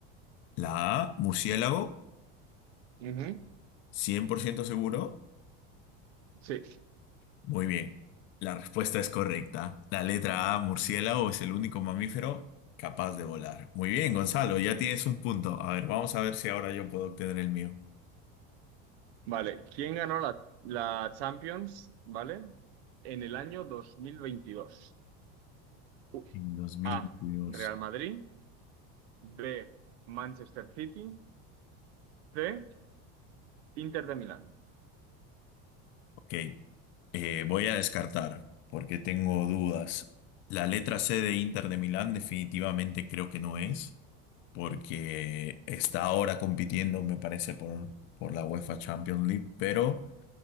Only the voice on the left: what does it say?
La A, murciélago,
100% seguro.
Muy bien, la respuesta es correcta. La letra A, murciélago, es el único mamífero capaz de volar. Muy bien, Gonzalo, ya tienes un punto. A ver, vamos a ver si ahora yo puedo obtener el mío.
En 2022.
Ok, eh, voy a descartar porque tengo dudas. La letra C de Inter de Milán definitivamente creo que no es, porque está ahora compitiendo, me parece, por, por la UEFA Champions League, pero